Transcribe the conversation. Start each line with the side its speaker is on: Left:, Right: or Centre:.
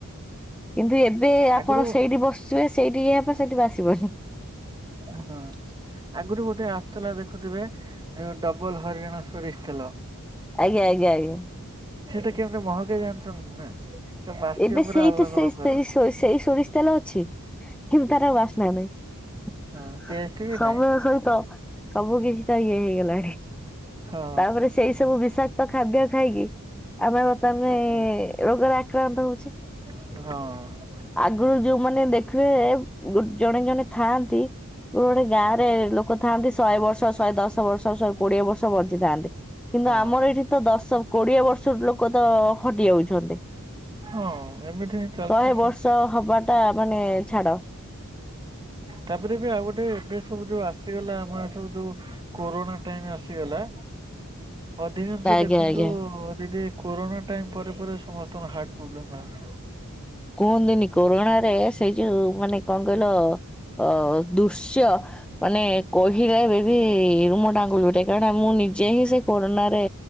Centre: କିନ୍ତୁ ଏବେ ଆପଣ
Right: ଆଗରୁ
Centre: ସେଇଠି ବଶୁଥିବେ ସେଇଠି ଇଏ ହବ ସେଇଠି ବାସିବନି।
Right: ହଁ। ଆଗରୁ ଗୋଟେ ଆଶୁଥିଲା ଦେଖୁଥିବେ ଯୋଉ ଡବଲ ହରିଣ ସୋରିଷ ତେଲ?
Centre: ଆଜ୍ଞା ଆଜ୍ଞା ଆଞ
Right: ସେଇଟା କେମିତି ମହାକେଇ ଜାଣିଛନ୍ତି ନା? ସେ ବାସିବ
Centre: ଏବେ
Right: ପୁରା
Centre: ସେଇ
Right: ଅଲଗା
Centre: ତ ସେଇ
Right: ପ୍ରକାର
Centre: ସେଇ ସୋରି ସେଇ ସୋରିଷ ତେଲ ଅଛି। କିନ୍ତୁ ତାର ଆଉ ବାସ୍ନା ନାହିଁ
Right: ହଁ ଟେଷ୍ଟ ବି
Centre: ସମୟ
Right: ନାହିଁ
Centre: ସହିତ ସବୁ କିଛି ଟା ଇଏ ହେଇଗଲାଣି।
Right: ହଁ
Centre: ତାପରେ ସେଇ ସବୁ ବିଷାକ୍ତ ଖାଦ୍ୟ ଖାଇକି ଆମର ତମେ
Right: ଓହୋ
Centre: ରୋଗରେ ଆକ୍ରାନ୍ତ ହଉଛି।
Right: ହଁ।
Centre: ଆଗରୁ ଯୋଉମାନେ ଦେଖିବେ ଜଣେ ଜଣେ ଥାଆନ୍ତି। ଯୋଉ ଗୋଟେ ଗାଁ ରେ ଲୋକ ଥାଆନ୍ତି ଶହେ ବର୍ଷ ଶହେ ଦଶ ବର୍ଷ ଶହେ କୋଡ଼ିଏ ବ ର୍ଷ ବଞ୍ଚିଥାନ୍ତି କିନ୍ତୁ
Right: ହଁ
Centre: ଆମର ଏଇଠି ତ ଦଶ କୋଡ଼ିଏ ବର୍ଷରୁ ଲୋକ ତ <unintelligible> ଯାଉଛନ୍ତି
Right: ହଁ ଏମିତି ହିଁ ଚାଲିଛି
Centre: ଶହେ
Right: କଣ
Centre: ବର୍ଷ ହବା ଟା ମାନେ ଛାଡ଼।
Right: ତାପରେ ବି ଆଉ ଗୋଟେ ଏବେ ସବୁ ଯୋଉ ଆସିଗଲା ହଁ ସବୁ ଯୋଉ କୋରୋଣା ଟାଇମ୍ ଆସିଗଲା ଅଧିକାଂଶ
Centre: ଆଜ୍ଞା
Right: ଦେଖନ୍ତୁ
Centre: ଆଜ୍ଞା।
Right: ଦିଦି କୋରୋଣା ଟାଇମ୍ ପରେ ପରେ ସମସ୍ତଙ୍କ ହାର୍ଟ ପ୍ରୋବ୍ଲେମ୍ ବାହାରୁଛି।
Centre: କୁହନ୍ତିନି କୋରୋଣାରେ ସେଇ ଯୋଉ ମାନେ କଣ କହିଲ? ଅ ଦୃଶ୍ୟ ମାନେ କହିଲେ ଏବେ ବି ରୁମ ଟାଙ୍ଗୁରି ଉଠେ କାରଣା ମୁଁ ନିଜେ ହିଁ ସେ କରୋନାରେ